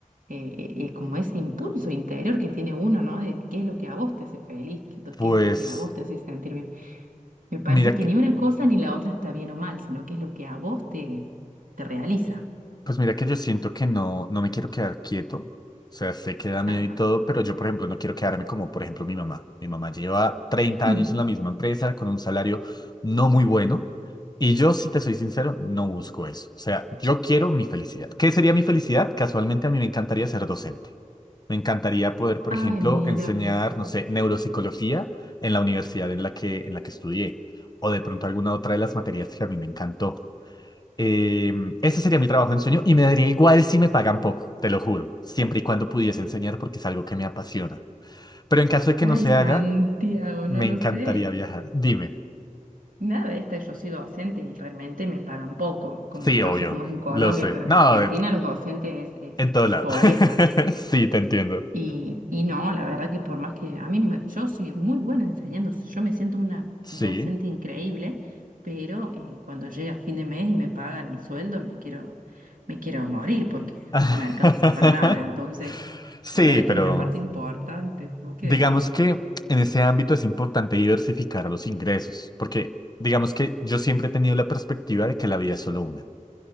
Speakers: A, on the right (about 80°); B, on the left (about 30°).
A: eh, eh, eh, como ese impulso interior que tiene uno, ¿no? De qué es lo que a vos te hace feliz, qué
B: Pues...
A: qué es lo que a vos te hace sentir bien. Me parece
B: Mira,
A: que
B: que-
A: ni una cosa ni la otra está bien o mal, sino que es lo que a vos te, te realiza.
B: pues mira que yo siento que no, no me quiero quedar quieto. O sea, sé que da miedo
A: Ajá.
B: y todo, pero yo, por ejemplo, no quiero quedarme como, por ejemplo, mi mamá. Mi mamá lleva 30
A: <clears throat>
B: años en la misma empresa con un salario no muy bueno. Y yo, si te soy sincero, no busco eso. O sea, yo quiero mi felicidad. ¿Qué sería mi felicidad? Casualmente a mí me encantaría ser docente. Me encantaría poder, por
A: Ay,
B: ejemplo,
A: mira.
B: enseñar, no sé, neuropsicología en la universidad en la que, en la que estudié. O de pronto alguna otra de las materias que a mí me encantó. Eh, ese sería mi trabajo en sueño y me daría igual si me pagan poco, te lo juro, siempre y cuando pudiese enseñar porque es algo que me apasiona. Pero en caso de que
A: Ay,
B: no se
A: Santiago,
B: haga, me
A: no lo
B: encantaría
A: sé.
B: viajar. Dime.
A: Nada de esta, yo soy docente y realmente me pagan poco. Como,
B: Sí,
A: no
B: obvio,
A: sé cómo es en Colombia,
B: lo sé.
A: pero
B: No,
A: en Argentina
B: en,
A: los docentes es, es,
B: en todo
A: es
B: lado.
A: pobreza.
B: <laughs> Sí, te entiendo.
A: Y, y no, la verdad que por más que a mí, me- yo soy muy buena enseñando, yo me siento una
B: Sí.
A: docente increíble, pero eh, cuando llega fin de mes y me pagan el sueldo, me quiero, me quiero morir porque
B: <laughs>
A: no me alcanza para nada. Entonces,
B: Sí,
A: la verdad
B: pero
A: que es una parte importante. ¿Vos qué
B: digamos
A: decís?
B: que en ese ámbito es importante diversificar los ingresos, porque digamos que yo siempre he tenido la perspectiva de que la vida es solo una.